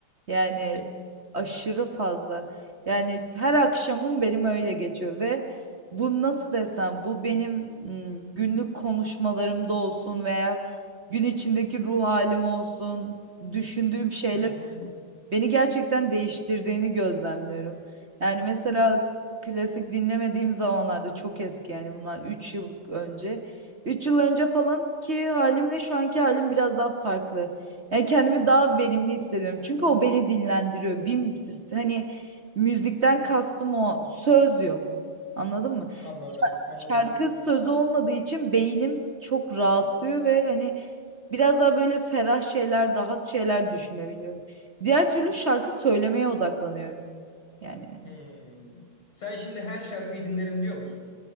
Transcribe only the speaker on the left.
Hı hı.
Anladım, anladım.
Hmm. Sen şimdi her şarkıyı dinlerim diyor musun?